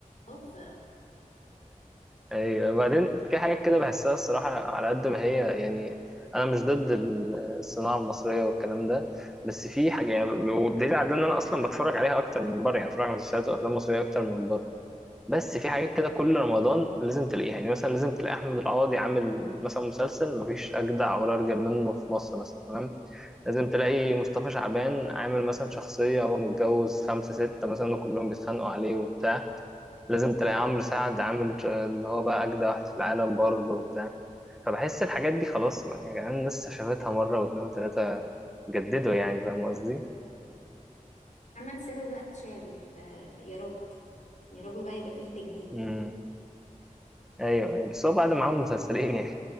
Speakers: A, on the left; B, in the centre.
A: خلاص
B: ايوه بعدين في حاجات كده بحسها الصراحه على قد ما هي يعني انا مش ضد ال- الصناعه المصريه والكلام ده بس في حاجه يعني والدليل على ده ان انا اصلا بتفرج عليها اكتر من بره يعني بتفرج على مسلسلات وافلام مصريه اكتر من بره بس في حاجات كده كل رمضان لازم تلاقيها يعني مثلا لازم تلاقي احمد القاضي عامل مثلا مسلسل مفيش اجدع ولا ارجل منه في مصر مثلا تمام لازم تلاقي مصطفى شعبان عامل مثلا شخصيه هو متجوز خمسه سته مثلا وكلهم بيتخانقوا عليه وبتاع لازم تلاقي عمرو سعد عامل ش- اللي هو بقى أجدع واحد في العالم برضه وبتاع فبحس الحاجات دي خلاص ما- يعني الناس شافتها مرة واتنين وتلاتة جددوا يعني فاهم قصدي؟
A: فمحمد سامي بقى اتشال فيا رب يا رب بقى يبقى فيه تجديد
B: امم أيوه أيوة. بس هو بعد ما عمل مسلسلين يعني